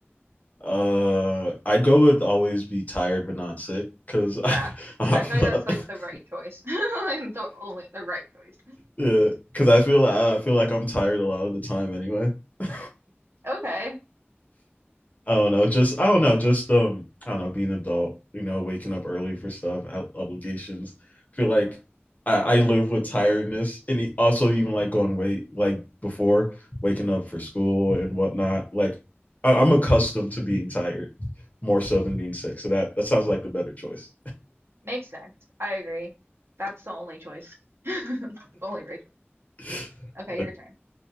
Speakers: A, on the left; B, on the right.
A: Uh, I'd go with always be tired but not sick because
B: Yeah.
A: <laughs> I, I
B: I
A: feel
B: feel like that's like
A: <laughs>
B: the right choice. <laughs> Like The only the right choice.
A: yeah because I feel I feel like I'm tired a lot of the time anyway. <laughs>
B: Okay.
A: I don't know, just I don't know, just um, I don't know, being an adult, you know, waking up early for stuff, obligations. I feel like I, I live with tiredness, and also even like going wait, like before waking up for school and whatnot. Like I, I'm accustomed to being tired more so than being sick. So that that sounds like the better choice.
B: Makes sense. I agree. That's the only choice. <laughs> The only right
A: <laughs>
B: choice. Okay, your turn.